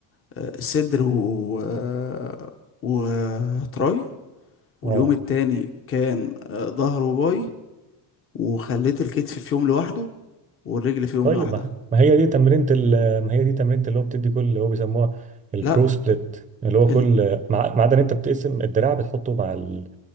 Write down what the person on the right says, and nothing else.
اه
طيب
ما ما هي دي تمرينة ال- ما هي دي تمرينة اللي هو بتدي كل اللي هو بيسموها البرو
سبليت اللي هو
كل ما ما عدا ان انت بتقسم الدراع بتحطه مع ال...